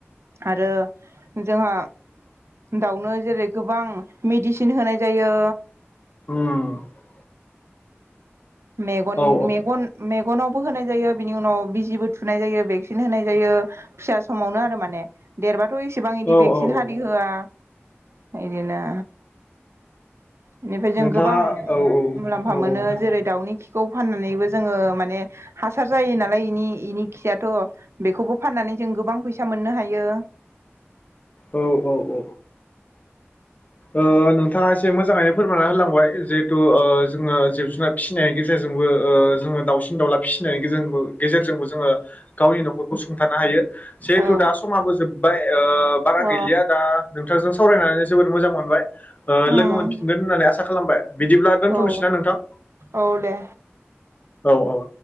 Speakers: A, on the right; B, on the left.
A: आरो जोंहा दाउनो जेरै गोबां मेडिसिन होनाय जायो।
B: <unintelligible>
A: मेगन
B: औ
A: मेगन मेगनावबो होनाय जायो बिनि उनाव बिजिबो थुनाय जायो भेक्सिन होनाय जायो। फिसा समावनो आरो माने देरबाथ' इसेबां इदि
B: औ
A: भेक्सिन
B: औ
A: हारि
B: औ
A: होआ। बिदिनो <unintelligible> बेनिफ्राय जों
B: नोंथाङा
A: गोबां
B: औ औ
A: मुलाम्फा
B: औ
A: मोनो जेरै दाउनि खिखौ फाननानैबो जोङो माने माने हासार जायो नालाय बेनि बेनि खियाथ' बेखौबो फाननानै जों गोबां फैसा मोननो हायो।
B: औ औ औ ओ नोंथाङा एसे मोजाङैनो फोरमायानना होलांबाय जिहेथु जोङो जिब जुनार फिसिनायनि गेजेरजों । जोंबो ओ दाबसे दाउला फिसिनायनि गेजेर गेजेरजों बो । जोङो गावनि न'खरखौ सुंथानो हायो जेहेथु
A: औ
B: दा समाबो जोबाय बारा
A: अ
B: गैलिया दा नोंथांजों सावरायनानै जोबोद मोजां मोनबाय
A: उम
B: लोगो मोनफिनगोन होननानै आसा खालामबाय बिदिब्ला दोनथ'नोसैना
A: औ
B: नोंथां।
A: औ दे
B: औ-औ